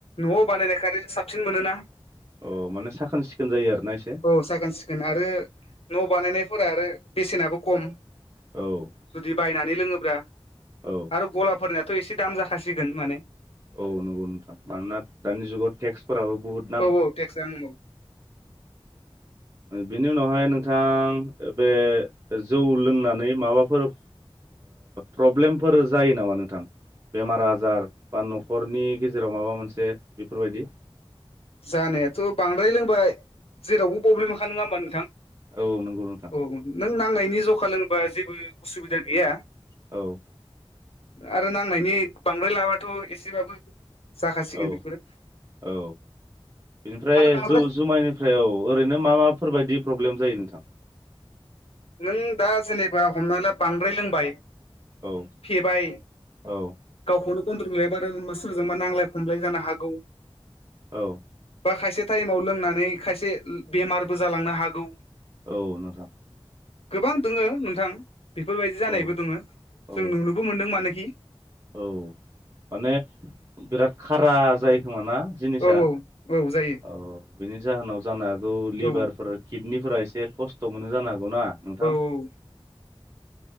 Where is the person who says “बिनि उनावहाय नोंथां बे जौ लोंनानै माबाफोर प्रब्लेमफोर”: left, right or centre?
Right